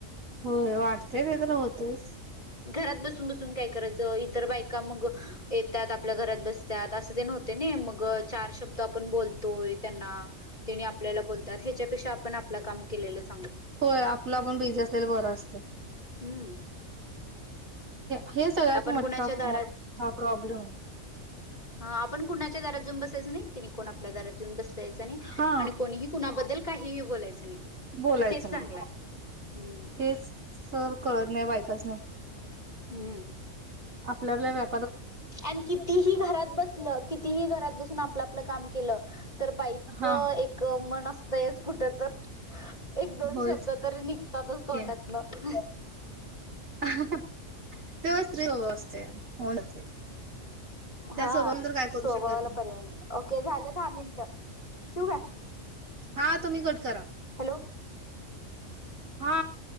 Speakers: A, on the right (about 80°); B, on the left (about 30°).
A: होय वाटतेय वगैरे होतंयस
B: घरात बसून बसून काय करायचं तर बायका मग येतात आपल्या घरात बसतात अस असतेन होतंय नाही मग चार शब्द आपण बोलतोय त्यांना तेनी आपल्याला बोलतात ह्याच्यापेक्षा आपण आपले काम केलेलंच बरं
A: होय आपलं आपण बिझी असलेल बर असत
B: हम्म
A: हे सगळ्यात
B: आपण
A: मठ्ठा
B: कुणाच्या दारात
A: मोठा प्रॉब्लेम
B: हा आपण कुणाच्या दरात जाऊन बसायच नाही तिने कोण आपल्या दरात येऊन बस जायचं नाही
A: हा
B: आणि कोणीही कुणाबद्दल काहीही बोलायचं नाही
A: बोलायचं
B: हेच चांगलं
A: नाही
B: आहे हम्म
A: हेच सर कळत नाही बायकास्नी
B: हम्म
A: आपल्या आपल्या व्या
B: अन् कितीही घरात बसलं कितीही घरात बस आपलं आपलं काम केलं तर बाईचं
A: हा
B: एक मन असत जायचं कुठ तर? एक दोन
A: होयच
B: शब्द तरी निघतातच तोंडातनं
A: की <unintelligible> तेव्हा स्त्री हो असते <unintelligible>
B: हा
A: स्वभावाला तर काय करू
B: स्वभावाला
A: शकत
B: पर्याय नाही ओके झालं दहा मिनिट. ठेऊ काय?
A: हा तुम्ही कट करा.
B: हॅलो
A: हा